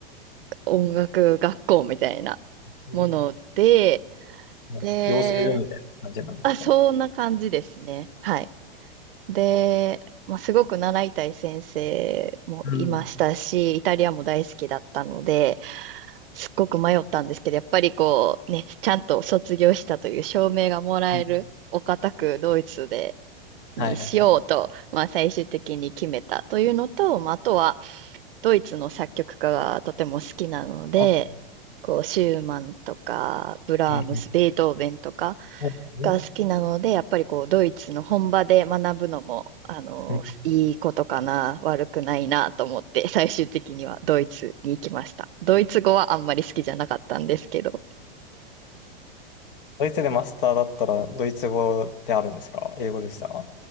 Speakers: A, on the right (about 65°); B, on the left (about 60°).
A: 音楽学校みたいなもので、
B: うん養成所みたいな感じなんですか
A: で、あ、そんな感じですね。はい。で、まあ、すごく習いたい先生もいましたし、
B: うん
A: イタリアも大好きだったので、すっごく迷ったんですけど、やっぱりこうね、ちゃんと卒業したという証明がもらえるお堅くドイツで
B: うん
A: にしようと、
B: はいはいはい。
A: まあ、最終的に決めたというのと、まあ、あとは、ドイツの作曲家がとても好きなので、
B: あ
A: こう、シューマンとか、ブラームス、
B: うん
A: ベートーベンとか
B: うん
A: が好きなので、やっぱりこう、ドイツの本場で学ぶのも、あの、
B: うん
A: いいことかな、悪くないなと思って、最終的にはドイツに行きました。ドイツ語はあんまり好きじゃなかったんですけど、
B: ドイツでマスターだったら、ドイツ語であるんですか英語でした